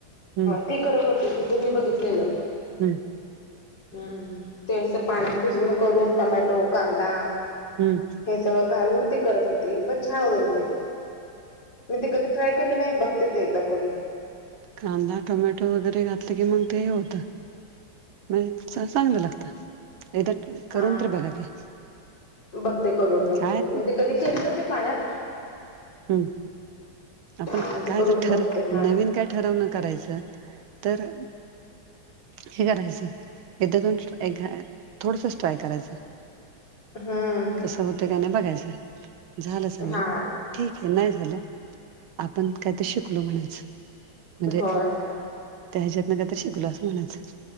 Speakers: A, on the right; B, on the left.
A: हम्म
B: ती करत होती. तिझं मी बघितलेलं.
A: हम्म
B: हम्म ते अस पाण्यात भिजून करून टोमॅटो, कांदा
A: हम्म
B: हे सगळं घालून ती करत होती. पण छान होत होत ते. मी ते कधी ट्राय केले नाही. बघते ते एकदा करून
A: कांदा, टोमॅटो वगैरे घातलं की मग ते होत. म्हण चांगलं लागत. एकदा करून
B: हा
A: तर बघा की,
B: बघते करून बघते
A: काय
B: मी ते कधी केलं नव्हते पाण्यात
A: हम् आपण
B: हा ते
A: कायतर
B: करून बघते
A: ठर
B: हा
A: नवीन काय ठरवण करायचं तर हे करायचं एकदा दोन एक थोडसच ट्राय करायचं
B: हम्म
A: होत का नाही बघायचं झालं चांगलं
B: हा
A: ठीक आहे नाही झालं आपण काय तर शिकलो म्हणायाच म्हणजे
B: होय
A: त्या ह्याच्यातनं काय शिकलो असं म्हणायचं.